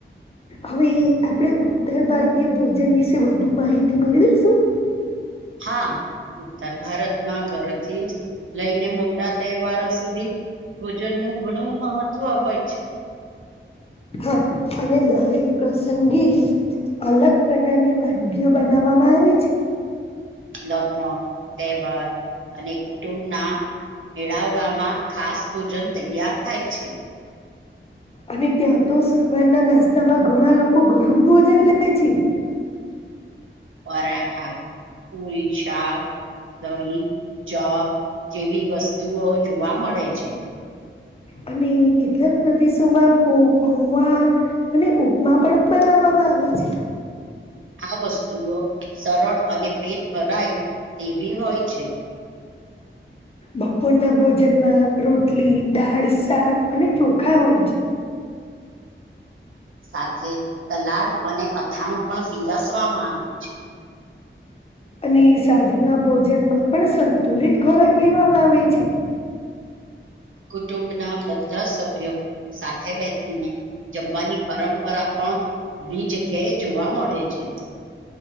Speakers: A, on the left; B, on the right.
A: હવે આપણેે ઉત્તર ભારતીય ભોજન વિશે વધુ માહિતી મેળવીશું.
B: હા ઉત્તર ભારતમાં ઘરથી જ લઈને મોટા તહેવારો સુધી ભોજન નું ઘણું મહત્વ હોય છે.
A: હા અને દરેક પ્રસંગી અલગ પ્રકારની વાનગીઓ બનાવવામાં આવે છે.
B: લગ્ન તહેવાર અને કુટુંબના એળાવળામાં ખાસ ભોજન તૈયાર થાય છે.
A: અને ત્યાં તો સવારના નાસ્તામાં ઘણા લોકો ગરમ ભોજન લે છે.
B: પરાઠા, પુડી, શાક દહી, ચા જેવી વસ્તુઓ જોવા મળે છે.
A: અને કેટલાક પ્રદેશોમાં પોવા અને ઉપમા પણ બનાવવા આવી છે.
B: <inaudible> આ વસ્તુઓ સરળ અને પેટ ભરાય તેવી હોય છે. <inaudible>
A: બપોરના ભોજનમાં રોટલી, દાળ, શાક અને ચોખા હોય છે.
B: સાથે સલાડ અને અથાણું પણ પીરસવામાં આવે છે.
A: અને સાજના ભોજનમાં પણ સંતુલિત ખોરાક લેવામાં આવે છે.
B: કુટુંબના બધા સભ્યો સાથે બેઠને જમવાની પરમ પરા પણ ઘણી જગ્યાએ જોવા મળે છે.